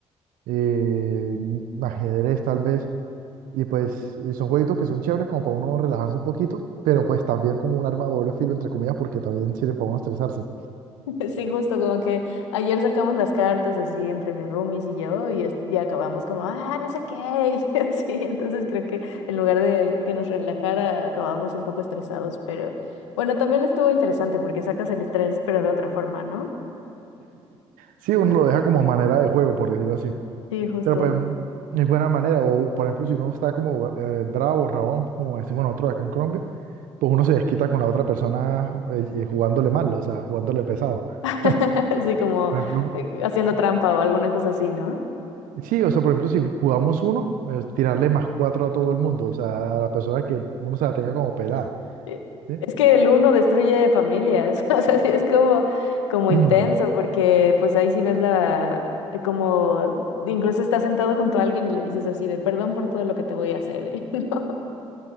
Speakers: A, on the right; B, on the left.
A: eh, ajedrez tal vez, y pues y son jueguitos que son chéveres como para uno relajarse un poquito, pero pues también como un arma de doble filo, entre comillas, porque también sirven para uno estresarse.
B: <laughs> Sí, justo como que ayer sacamos las cartas así entre mis roomies y yo y, es- y acabamos como, ah, no sé qué, <laughs> y así, entonces creo que en lugar de que nos relajara, acabamos un poco estresados, pero bueno, también estuvo interesante porque sacas el estrés, pero de otra forma, ¿no?
A: Sí, uno lo deja como manera de juego, por decirlo así.
B: Sí, justo.
A: Pero pues es buena manera. O por ejemplo, si uno está como eh, bravo, rabón, como decimos nosotros acá en Colombia, pues uno se desquita con la otra persona eh, eh, jugándole mal, o sea, jugándole pesado.
B: <laughs>
A: <laughs>
B: Así como
A: Por ejemplo,
B: eh, haciendo trampa o alguna cosa así, ¿no?
A: sí, o sea, por ejemplo, si jugamos uno, eh, tirarle más cuatro a todo el mundo, o sea, a la persona que uno se la tenga como pelada,
B: Eh,
A: ¿sí?
B: Es que el uno destruye familias, <laughs> o sea, sí es como, como
A: <clears throat>
B: intenso, porque pues ahí sí ves la, eh, como, incluso estás sentado junto a alguien y le dices así de perdón por todo lo que te voy a hacer, <laughs>